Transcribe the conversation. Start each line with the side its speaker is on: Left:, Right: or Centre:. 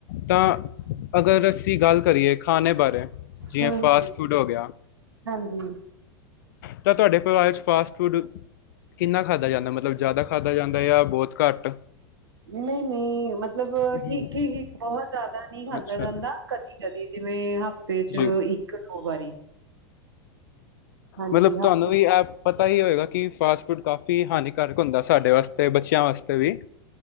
Left: ਤਾਂ ਅਗਰ ਅਸੀਂ ਗੱਲ ਕਰੀਏ ਖਾਣੇ ਬਾਰੇ ਜਿਵੇਂ
Right: ਹਮ
Left: ਫਾਸਟ ਫੂਡ ਹੋ ਗਿਆ
Right: ਹਾਂਜੀ
Left: ਤਾਂ ਤੁਹਾਡੇ ਪਰਿਵਾਰ ਚ ਫਾਸਟ ਫੂਡ ਕਿੰਨਾ ਖਾਧਾ ਜਾਂਦੈ ਮਤਲਬ ਜ਼ਿਆਦਾ ਖਾਧਾ ਜਾਂਦੈ ਯਾ ਬਹੁਤ ਘੱਟ
Right: ਨਹੀਂ ਨਹੀਂ ਮਤਲਬ
Left: ਹੂੰ,
Right: ਠੀਕ ਠੀਕ ਈ ਬਹੁਤ ਜ਼ਿਆਦਾ ਨਹੀਂ ਖਾਦਾ
Left: ਅੱਛਾ
Right: ਜਾਂਦਾ ਕਦੀ ਕਦੀ ਜਿਵੇਂ ਹਫ਼ਤੇ ਚ
Left: ਜੀ
Right: ਇੱਕ ਦੋ ਵਾਰੀ ਹਾਂਜੀ
Left: ਮਤਲਬ
Right: ਹਫ਼ਤੇ
Left: ਤੁਹਾਨੂੰ ਵੀ ਇਹ ਪਤਾ ਹੀ ਹੋਏਗਾ ਕਿ ਫਾਸਟ ਫੂ ਕਾਫੀ ਹਾਨੀਕਾਰਕ ਹੁੰਦੈ ਸਾਡੇ ਵਾਸਤੇ ਬੱਚਿਆਂ ਵਾਸਤੇ ਵੀ